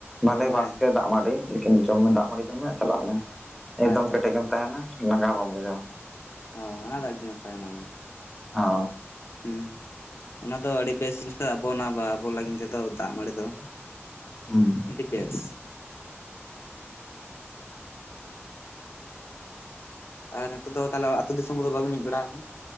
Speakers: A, in the centre; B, on the left (about 60°).
A: ᱵᱷᱟᱞᱮ
B: ᱦᱮᱸ
A: ᱵᱟᱥᱠᱮ
B: ᱦᱮᱸ
A: ᱫᱟᱜ ᱢᱟᱹᱰᱤ ᱞᱮᱠᱤᱱ ᱡᱚᱢ ᱢᱮ ᱫᱟᱜ ᱢᱟᱹᱲᱤ ᱡᱚᱢ ᱢᱮ ᱟᱨ ᱪᱟᱞᱟᱜ ᱢᱮ
B: ᱦᱳᱭᱛᱚ
A: ᱮᱠᱫᱚᱢ ᱠᱮᱴᱮᱡ ᱜᱮᱢ ᱛᱟᱦᱮᱱᱟ ᱞᱟᱸᱜᱟ ᱦᱚᱸ ᱵᱟᱢ ᱵᱩᱡᱷᱟᱹᱣᱟ᱾
B: ᱚᱸ ᱚᱱᱟ ᱫᱚ ᱟᱹᱰᱤ ᱱᱟᱯᱟᱭᱟ ᱚᱱᱟ ᱫᱚ᱾
A: ᱦᱚᱻ
B: ᱦᱩᱸ ᱚᱱᱟ ᱫᱚ ᱟᱹᱰᱤ ᱵᱮᱥ ᱡᱤᱱᱥ ᱠᱟᱱ ᱟᱵᱚ ᱚᱱᱟ ᱟᱵᱚ ᱞᱟᱹᱜᱤᱫ ᱛᱮᱫᱚ ᱫᱟᱜ ᱢᱟᱹᱲᱤ ᱫᱚ
A: ᱦᱩᱸ
B: ᱟᱹᱰᱤ ᱵᱮᱥ᱾ ᱟᱨ ᱱᱤᱛᱚᱜ ᱫᱚ ᱛᱟᱦᱚᱞᱮ ᱟᱹᱛᱩ ᱫᱤᱥᱚᱢ ᱠᱚᱫᱚ ᱵᱟᱵᱤᱱ ᱦᱮᱡ ᱵᱟᱲᱟ ᱟᱠᱟᱱᱟ